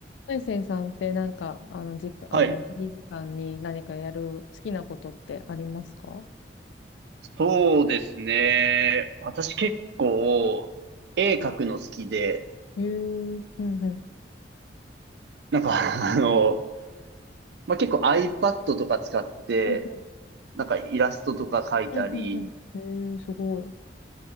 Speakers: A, on the left; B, on the right.
A: 大成さんってなんか、あの、じ、あの、
B: はい。
A: フリー時間に何かやる好きなことってありますか
B: そうですね。私結構、絵描くの好きで、
A: へえ、うんうん。
B: なんか <laughs> あの、まあ、結構 iPad とか使って、
A: うんうん、
B: なんかイラストとか描いたり、
A: うんうんうん。へえ、すごい。